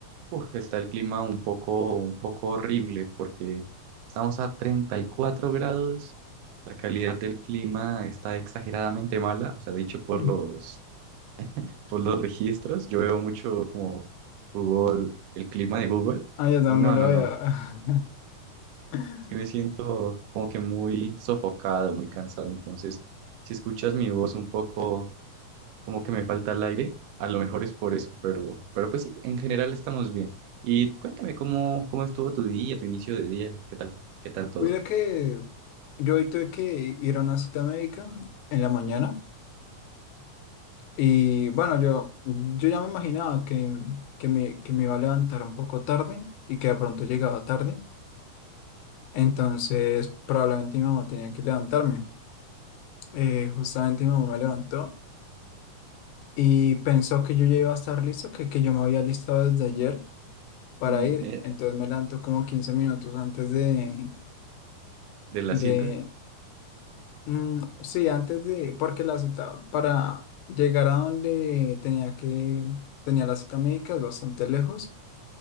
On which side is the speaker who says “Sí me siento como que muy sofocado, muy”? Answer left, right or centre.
Right